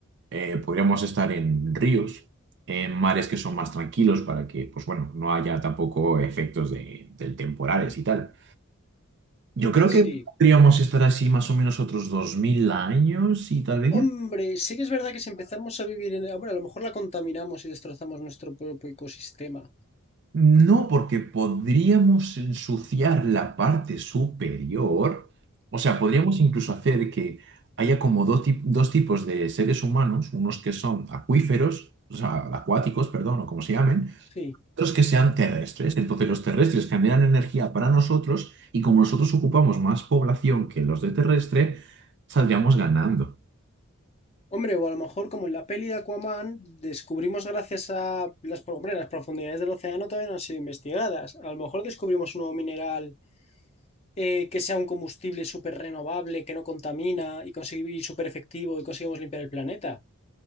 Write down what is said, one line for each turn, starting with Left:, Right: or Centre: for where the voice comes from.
Right: eh, podríamos estar en ríos, en mares que son más tranquilos para que, pues bueno, no haya tampoco efectos de, del temporales y tal. Yo creo
Left: sí.
Right: que podríamos estar así más o menos otros 2000 años y tal vez ya...
Left: Hombre, sí que es verdad que si empezamos a vivir en... Bueno, a lo mejor la contaminamos y destrozamos nuestro propio ecosistema.
Right: No, porque podríamos ensuciar la parte superior. O sea, podríamos incluso hacer que haya como dos, tip- dos tipos de seres humanos, unos que son acuíferos, o sea, acuáticos, perdón, o como se llamen,
Left: Sí.
Right: otros que sean terrestres. Entonces los terrestres generan energía para nosotros y como nosotros ocupamos más población que los de terrestre, saldríamos ganando.
Left: Hombre, o a lo mejor como en la peli de Aquaman, descubrimos gracias a las, pro- hombre, las profundidades del océano todavía no han sido investigadas. A lo mejor descubrimos un nuevo mineral eh, que sea un combustible súper renovable, que no contamina y, consigue- y súper efectivo y conseguimos limpiar el planeta.